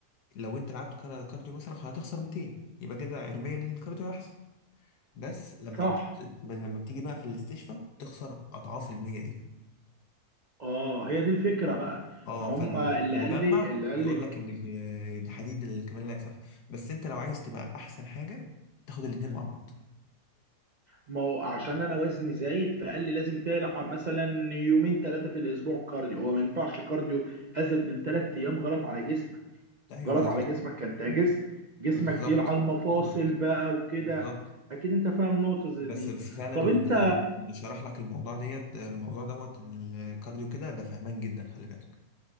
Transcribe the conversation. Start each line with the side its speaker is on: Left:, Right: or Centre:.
Left: لو انت لعبت كار- كارديو مثلا هتخسر 200 يبقى كده علميا ان الكارديو احسن بس لما
Right: صح
Left: بتيجي لما بتيجي بقى في الاستشفاء تخسر اضعاف المية دي
Right: اه هي دي الفكره بقى
Left: اه
Right: ما
Left: فالمجمع
Right: هم اللي قال لي اللي قال
Left: بيقول
Right: لك
Left: لك ان ال- الحديد الكمال لا يكسف بس انت لو عايز تبقى احسن حاجه تاخد الاتنين مع بعض
Right: ما هو عشان انا وزني زايد فقال لي لازم تلعب مثلا يومين ثلاثه في الاسبوع كارديو هو ما ينفعش كارديو ازيد من ثلاث ايام غلط على جسمك
Left: ايوه
Right: غلط على جسمك انت جسم جسمك
Left: بالظبط
Right: تقيل على المفاصل
Left: بالظبط
Right: بقى وكده
Left: بالظبط
Right: اكيد انت فاهم نقطه زي
Left: بس
Right: دي
Left: بس فعلا
Right: طب
Left: اللي
Right: انت
Left: اللي شرح لك الموضوع ديت الموضوع دوت ان الكارديو كده ده فهمان جدا خلي بالك